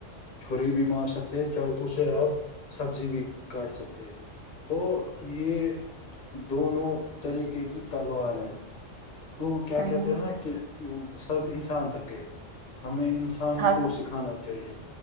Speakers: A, on the left (about 40°); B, on the right (about 70°).
A: چھریی بھی مار سکتے ہیں چاہک اسے آپ سبزی بھی کاٹ سکتے ہیں تو یہ دونوں طریقے کی تلوار ہے تو کیا
B: ہوں
A: کہتے
B: ہوں
A: ہیں نا کہ سب انسان تک ہے ہمیں انسان
B: ہاں
A: کو سکھا کا چاہیے